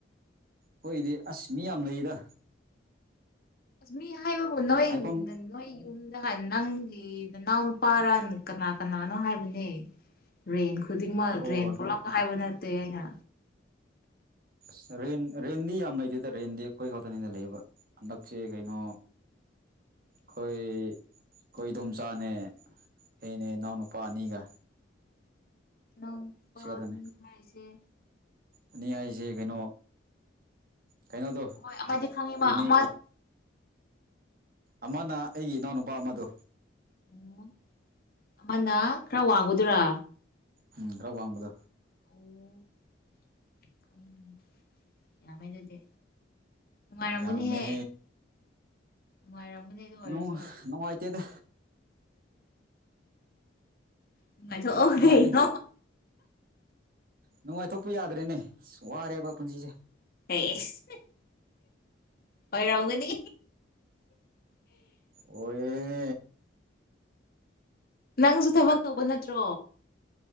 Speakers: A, on the right; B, on the left.
A: ꯈꯣꯏꯗꯤ ꯑꯁ ꯃꯤ ꯌꯥꯝ ꯂꯩꯌꯦꯗ
B: ꯑꯁ ꯃꯤ ꯍꯥꯏꯕꯕꯨ ꯅꯣꯏ
A: ꯍꯥꯏꯐꯝ
B: ꯅ ꯅꯣꯏ ꯌꯨꯝꯗ ꯍꯥꯏ ꯅꯪꯒꯤ ꯅꯅꯥꯎ ꯅꯨꯄꯥꯔꯅ ꯀꯅꯥ ꯀꯅꯥꯅꯣ ꯍꯥꯏꯕꯅꯦ ꯔꯦꯟ ꯈꯨꯗꯤꯡꯃꯛ
A: ꯑꯣ
B: ꯔꯦꯟ ꯄꯨꯂꯞ ꯍꯥꯏꯕ ꯅꯠꯇꯦ ꯑꯩꯅ
A: ꯑꯁ ꯔꯦꯟ ꯔꯦꯟꯗꯤ ꯌꯥꯝ ꯂꯩꯗꯦꯗ ꯔꯦꯟꯗꯤ ꯑꯩꯈꯣꯏ ꯈꯛꯇꯅꯤꯗ ꯂꯩꯏꯕ ꯍꯟꯗꯛꯁꯦ ꯀꯩꯅꯣ ꯈꯣꯏ ꯈꯣꯏ ꯏꯗꯣꯝꯆꯥꯅꯦ ꯑꯩꯅꯦ ꯏꯅꯥꯎꯅꯨꯄꯥ ꯑꯅꯤꯒ
B: ꯅꯎꯄꯥ
A: ꯁꯤ ꯈꯛꯇꯅꯦ
B: ꯑꯅꯤ ꯍꯥꯏꯁꯦ
A: ꯑꯅꯤ ꯍꯥꯏꯁꯦ ꯀꯩꯅꯣ ꯀꯩꯅꯣꯗꯣ
B: ꯍꯣꯏ ꯑꯃꯗꯤ ꯈꯪꯉꯦꯕ
A: ꯏꯅꯦ
B: ꯑꯃ
A: ꯑꯃꯅ ꯑꯩꯒꯤ ꯏꯅꯥꯎꯅꯨꯄꯥ ꯑꯃꯗꯣ
B: ꯑꯣ ꯑꯃꯅ ꯈꯔ ꯋꯥꯡꯕꯗꯨꯔꯥ
A: ꯎꯝ ꯈꯔ ꯋꯥꯡꯕꯗꯣ
B: ꯎꯝ ꯈꯥꯡꯑꯦ ꯈꯥꯡꯑꯦ ꯌꯥꯝꯃꯦ ꯑꯗꯨꯗꯤ ꯅꯨꯡꯉꯥꯏꯔꯝꯒꯅꯤꯍꯦ
A: ꯌꯥꯃꯦ
B: ꯅꯨꯡꯉꯥꯏꯔꯝꯒꯅꯤ ꯑꯗꯨ ꯑꯣꯏꯔꯁꯨ
A: <inaudible> ꯅꯨꯡꯉꯥꯏꯇꯦꯗ
B: ꯅꯨꯡꯉꯥꯏꯊꯣꯛꯑꯣ
A: ꯅꯨꯡꯉꯥꯏꯇꯦ
B: ꯀꯩꯅꯣ
A: ꯅꯨꯡꯉꯥꯏꯊꯣꯛꯄ ꯌꯥꯗ꯭ꯔꯦꯅꯦ ꯋꯥꯔꯦꯕ ꯄꯨꯟꯁꯤꯁꯦ
B: ꯑꯁ ꯑꯣꯏꯔꯥꯝꯒꯅꯤ
A: ꯑꯣꯏ
B: ꯅꯪꯁꯨ ꯊꯕꯛ ꯇꯧꯕ ꯅꯠꯇ꯭ꯔꯣ